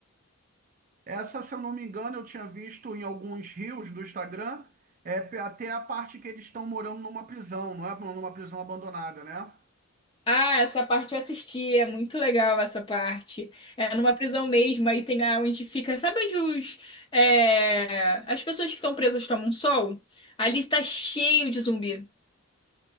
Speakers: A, on the right (about 35°); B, on the left (about 20°).
A: Essa, se eu não me engano, eu tinha visto em alguns reels do Instagram, é, pe- até a parte que eles estão morando numa prisão, não é? Numa prisão abandonada, né?
B: Ah, essa parte eu assisti, é muito legal essa parte. É numa prisão mesmo, aí tem a onde fica. Sabe onde os, é, as pessoas que estão presas tomam sol? Ali está cheio de zumbi.